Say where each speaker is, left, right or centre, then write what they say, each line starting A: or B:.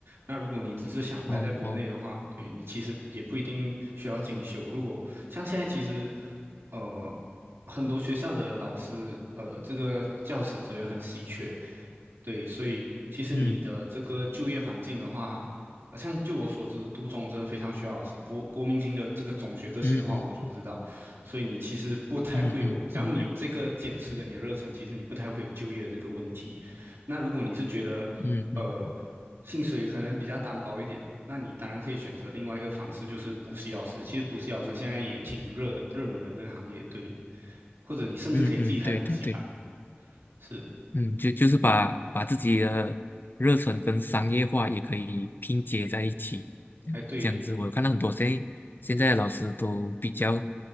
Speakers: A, on the right; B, on the left.
A: 那如果你只是想待在国内的话，
B: 哦哦，
A: 对你其实也不一定需要进修。如果像现在，其实呃，很多学校的老师，呃，这个教师资源很稀缺，对，所以其实你的这个就业环境的话，
B: 嗯
A: 呃像就我所知，都中真的非常需要老师。国国民型的这个中学这些的话，
B: 嗯嗯
A: 我就不知道。所以你其实不太会有，
B: 嗯嗯，
A: 只要你有这个坚持跟你的热忱，
B: 明白，
A: 其实你不太会有就业的这个问题。那如果你是觉得，
B: 嗯嗯
A: 呃，薪水可能比较单薄一点，那你当然可以选择另外一个方式，就是补习老师。其实补习老师现在也挺热的，热门的这个行业，对。或者你甚至可以自己开补习班，
B: 嗯嗯，对对对，
A: 是。
B: 嗯，就就是把把自己的热忱跟商业化也可以拼接在一起，这样这样子，
A: 哎，对，
B: 我有看到很多现在现在的老师都比较